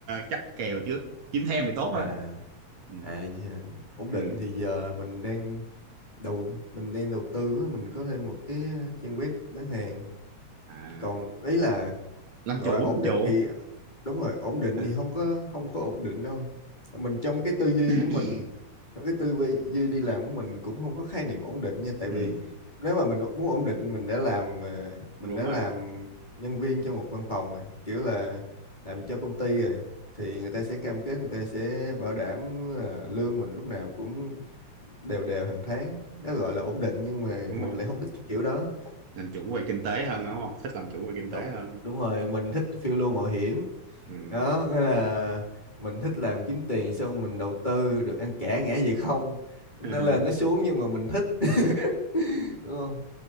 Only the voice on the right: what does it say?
chắc kèo trước kiếm thêm thì tốt
thôi ừ.
Ừ.
À,
làm
chủ
làm
chủ
à.
<coughs>
<clears throat>
Ừ.
đúng
rồi
đúng
rồi
làm chủ về kinh tế hơn đúng không thích làm chủ về kinh
tế hơn
ừ.
<laughs>